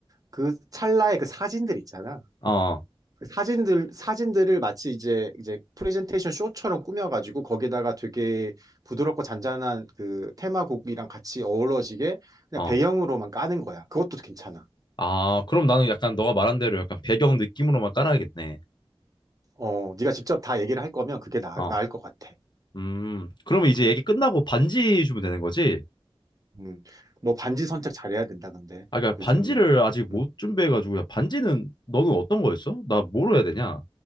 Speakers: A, on the right (about 35°); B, on the left (about 50°).
A: 그 찰나의 그 사진들 있잖아.
B: 어,
A: 그 사진들 사진들을 마치 이제 이제 프레젠테이션 쇼처럼 꾸며가지고 거기다가 되게 부드럽고 잔잔한 그 테마곡이랑 같이 어우러지게 그냥
B: 어.
A: 배경으로만 까는 거야. 그것도 괜찮아.
B: 아, 그럼 나는 약간 너가 말한 대로 약간 배경 느낌으로만 깔아야겠네.
A: 어, 네가 직접 다 얘기를 할 거면 그게 나,
B: 어.
A: 나을 것 같아.
B: 음, 그러면 이제 얘기 끝나고 반지 주면 되는 거지?
A: 음, 뭐 반지 선택 잘해야 된다. 근데
B: 아, 그러니까
A: 요즘
B: 반지를 아직 못
A: 음,
B: 준비해가지고, 야, 반지는 너는 어떤 거였어? 나 뭐로 해야 되냐?